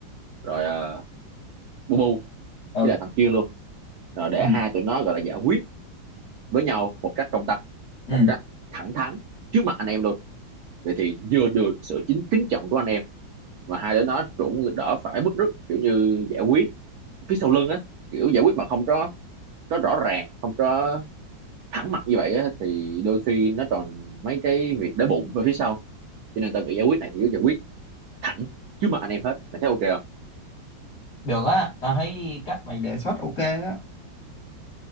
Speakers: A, on the right; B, on the left.
A: rồi ờ, bu bu
B: ừ
A: với lại thằng Kiên luôn rồi để
B: ừ
A: hai tụi nó gọi là giải quyết với nhau một cách công tâm
B: ừ
A: một cách thẳng thắn trước mặt anh em luôn vậy thì vừa được sự chính kính trọng của anh em mà hai đứa nó cũng đỡ phải bứt rứt kiểu như giải quyết phía sau lưng á kiểu giải quyết mà không có có rõ ràng không có thẳng mặt như vậy á thì đôi khi nó còn mấy cái việc đói bụng ở phía sau cho nên tao nghĩ giải quyết này thì cứ giải quyết thẳng trước mặt anh em hết mày thấy ok không
B: được á tao thấy cách mày đề xuất ok á